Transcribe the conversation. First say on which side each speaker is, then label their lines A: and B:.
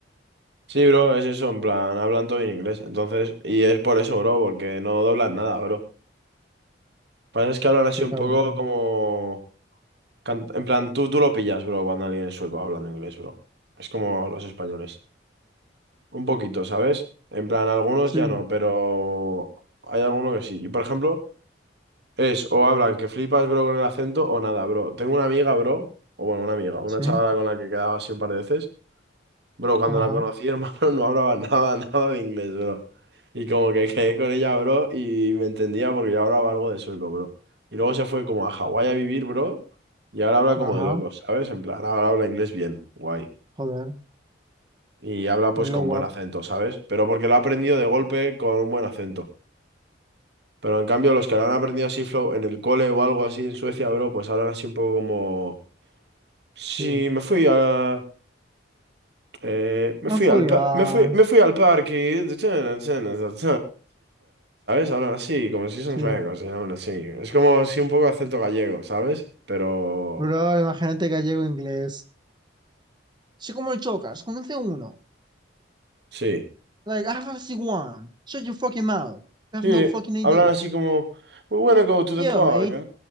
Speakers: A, on the right; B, on the right.
A: Sí, bro, es eso, en plan, hablan todo en inglés. Entonces, y es por eso, bro, porque no doblan nada, bro. Pasa es que hablan así
B: Qué
A: un
B: cabrón.
A: poco
B: ¿no?
A: como... cant- En plan, tú, tú lo pillas, bro, cuando alguien es sueco hablando inglés, bro. Es como los españoles. Un poquito, ¿sabes? En plan, algunos
B: Sí,
A: ya no, pero hay alguno que sí. Y por ejemplo, es o hablan que flipas, bro, con el acento o nada, bro. Tengo una amiga, bro, o bueno, una amiga, una
B: sí,
A: chavala con la que quedaba así un par de veces. Bro, cuando
B: ajá,
A: la conocí, hermano, <laughs> no hablaba nada, nada de inglés, bro. Y como que quedé con ella, bro, y me entendía porque yo hablaba algo de sueco, bro. Y luego se fue como a Hawái a vivir, bro, y ahora habla
B: ajá,
A: como de locos, ¿sabes? En plan, ahora habla inglés bien, guay.
B: joder,
A: Y habla pues
B: blow
A: con buen
B: up,
A: acento, ¿sabes? Pero porque lo ha aprendido de golpe con un buen acento. Pero en cambio, los que lo han aprendido así flow en el cole o algo así en Suecia, bro, pues hablan así un poco como... Sí,
B: sí.
A: me fui a... Eh, me
B: No
A: fui
B: fugar,
A: al pa- me fui, me fui al parque, ¿sabes? Hablan así, como si son
B: sí.
A: suecos, y hablan así. Es como si un poco acento gallego, ¿sabes? Pero
B: Bro, imagínate gallego inglés. Sí, como el chocas, conoce uno.
A: sí,
B: Like, I have a C1. Shut your fucking mouth. you
A: sí,
B: have no fucking idea.
A: hablan así como We wanna go to the
B: Yeah,
A: park.
B: mate.